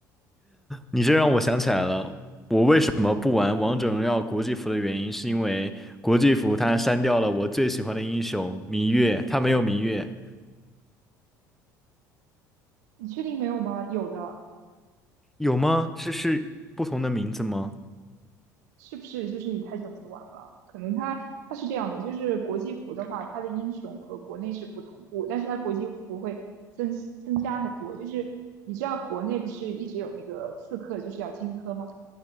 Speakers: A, in the centre; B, on the right.
A: 你这让我想起来了，我为什么不玩王者荣耀国际服的原因，是因为国际服它删掉了我最喜欢的英雄芈月，它没有芈月，
B: 你确定没有吗？有的，
A: 有吗？这是不同的名字吗？
B: 是不是就是你太久没玩了？可能它它是这样的，就是国际服的话，它的英雄和国内是不同步，但是它国际服会增增加很多。就是你知道国内不是一直有那个刺客就是要荆轲嘛，